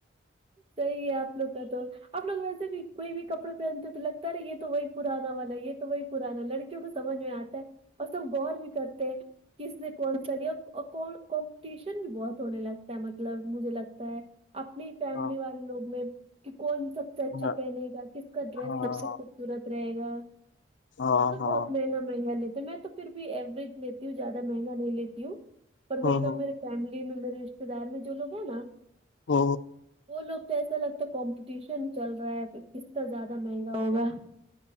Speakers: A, on the right; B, on the left.
A: صحیح ہے آپ لوگ کا تو اپ لوگ ویسے بھی کوئی بھی کپڑے پہنتے تو لگتا ہے رہا یہ تو وہی پرانا والا ہے یہ تو وہی پرانا لڑکیوں کو سمجھ میں آتا ہے اور سب غور بھی کرتے ہیں کس نے کون سا لیا کمپٹیشن بھی بہت ہونے لگتا ہے مطلب مجھے لگتا ہے اپنی فیملی
B: ہاں
A: والے لوگ میں کہ کون سب سے اچھا
B: ہاں
A: پہنے گا کس کا ڈریس
B: ہاں
A: سب سے خھ سورت رہے گا مطلب
B: ہاں ہاں
A: بہت مہنگا مہنگا لیتے میں تو پھر بھی ایوریج لیتی ہوں زیادہ مہنگا نہیں لیتی ہوں پر
B: ہوں
A: مطلب میرے فیملی میں میرے رشتے دار میں جو لوگ ہیں نا
B: ہ
A: وہ لوگ تو ایسا لگتا ہے کمپٹیشن چل رہا ہے کسنا زیادہ مہنگا ہوگا